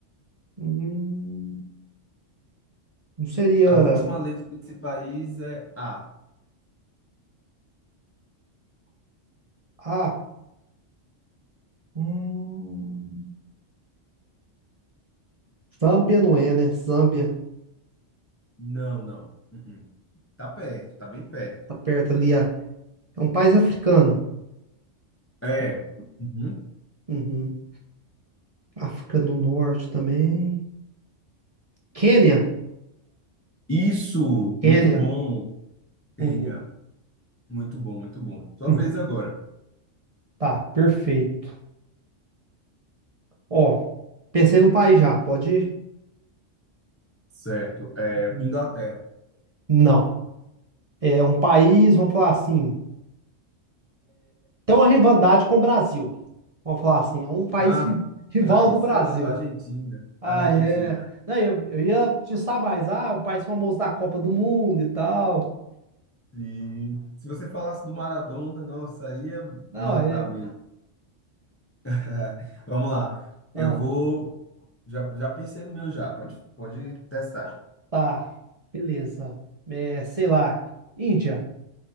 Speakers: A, on the right (about 35°); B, on the left (about 15°).
A: Hum, não seria.
B: A última letra desse país é A.
A: Ah, hum, Zâmbia não é, né? Zâmbia
B: Não, não. Uh-uh. Tá perto, tá bem perto.
A: tá perto ali. É um país africano.
B: É. Uhum.
A: Uhum. África do Norte também. Quênia.
B: Isso,
A: Quênia.
B: muito bom, Kênia.
A: Uhum.
B: Muito bom, muito bom. Sua
A: Uhum.
B: vez agora.
A: Tá, perfeito. Ó, pensei num país já, pode ir?
B: Certo. É,
A: Uhum.
B: Inglaterra.
A: Não. É um país, vamos falar assim, tem uma rivalidade com o Brasil. Vamos falar assim, é um país
B: Ah,
A: ri- rival
B: aí
A: do
B: você
A: Brasil.
B: matou. Argentina.
A: Ah,
B: Argentina.
A: é. Não, eu, eu ia te saber mais. Ah, um país famoso da Copa do Mundo e tal.
B: E se você falasse do Maradona, nossa, aí ia matar
A: Não, é.
B: mesmo. <laughs> Vamos lá. Eu
A: Ah,
B: vou. Já, já pensei no meu já. Pode, pode testar.
A: tá. Beleza. É, sei lá. Índia.